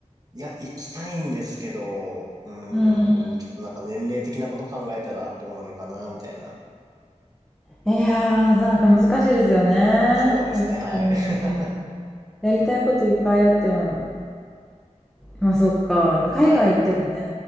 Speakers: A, on the right; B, in the centre.
A: いや、行きたいんですけど、うーん、
B: うん。
A: ちょっとなんか年齢的なこと考えたらどうなのかな、みたいな。
B: いやー、なんか難しいですよね。
A: そうですね。
B: 確かに。
A: はい。<laughs>
B: やりたいこといっぱいあっても。まあそっか。でも海外行ってもね、
A: はい。